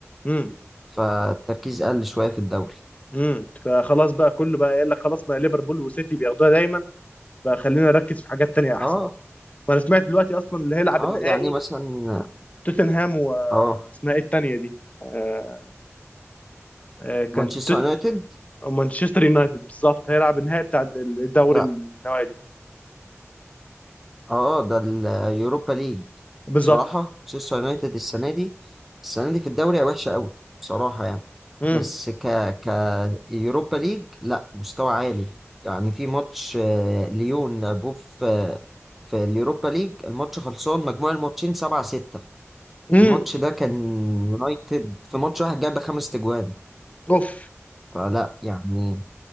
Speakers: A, on the left; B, in the centre.
A: امم
B: فالتركيز قل شويه في الدوري
A: امم فخلاص بقى كله بقى قال لك خلاص ما ليفربول وسيتي بياخدوها دايما فخلينا نركز في حاجات تانية احسن
B: اه
A: وانا سمعت دلوقتي اصلا اللي هيلعب
B: اه
A: النهائي
B: يعني مثلا
A: توتنهام و
B: اه
A: اسمها ايه التانية دي آه، آه، كانت
B: مانشستر
A: توت...
B: يونايتد
A: مانشستر يونايتد بالظبط هيلعب النهائي بتاع الدوري
B: ده
A: النوادي
B: اه ده اليوروبا ليج
A: بالظبط
B: بصراحة مانشستر يونايتد السنة دي السنة دي في الدوري وحشة قوي بصراحة يعني
A: امم
B: بس ك ك يوروبا ليج لا مستوى عالي يعني في ماتش آه، ليون لعبوه في في اليوروبا ليج الماتش خلصان مجموع الماتشين سبعة ستة
A: امم
B: الماتش ده كان يونايتد في ماتش واحد جاب خمس تجوان
A: اوف
B: فلا يعني